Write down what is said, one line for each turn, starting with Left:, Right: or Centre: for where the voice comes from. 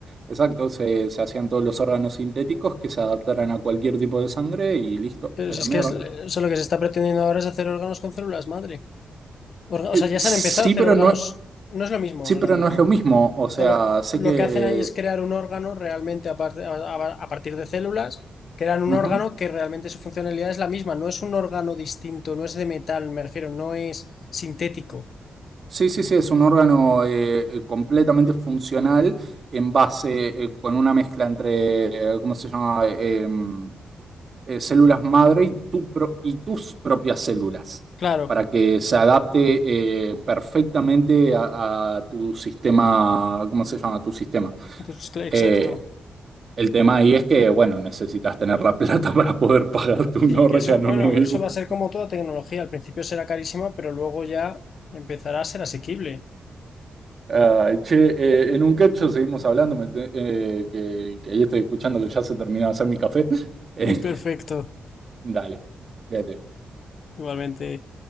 Right: exacto, se, se hacían todos los órganos sintéticos que se adaptaran a cualquier tipo de sangre y listo,
Left: Pero
Right: a
Left: si
Right: la
Left: es
Right: mierda.
Left: que es, o sea, lo que se está pretendiendo ahora es hacer órganos con células madre. Orga-
Right: Eh,
Left: O sea, ya
Right: sí,
Left: se han empezado a hacer
Right: pero
Left: órganos.
Right: no,
Left: No es lo mismo,
Right: sí,
Left: no
Right: pero
Left: es lo mismo.
Right: no es lo mismo. O sea,
Left: sea, lo,
Right: sé
Left: lo
Right: que...
Left: que hacen ahí es crear un órgano realmente a, par- a- a- a partir de células, crean un
Right: ujú.
Left: órgano que realmente su funcionalidad es la misma, no es un órgano distinto, no es de metal, me refiero, no es sintético.
Right: Sí, sí, sí, es un órgano eh, completamente funcional en base, eh, con una mezcla entre, eh, ¿cómo se llama? Eh, em, eh, células madre y, tu pro- y tus propias células,
Left: Claro,
Right: para que se adapte eh, perfectamente a, a tu sistema, ¿cómo se llama? Tu sistema.
Left: entonces, cl- exacto.
Right: Eh, el tema ahí es que, bueno, necesitas tener la <laughs> plata para poder pagarte un
Left: Sí,
Right: órgano
Left: que eso, bueno,
Right: nuevo.
Left: pero eso va a ser como toda tecnología, al principio será carísima, pero luego ya empezará a ser asequible.
Right: Ah, che, eh, en un cacho seguimos hablando, me te- eh, que, que ahí estoy escuchando que ya se terminó de hacer mi café. <laughs> Eh,
Left: <laughs> Perfecto,
Right: dale, fíjate.
Left: igualmente.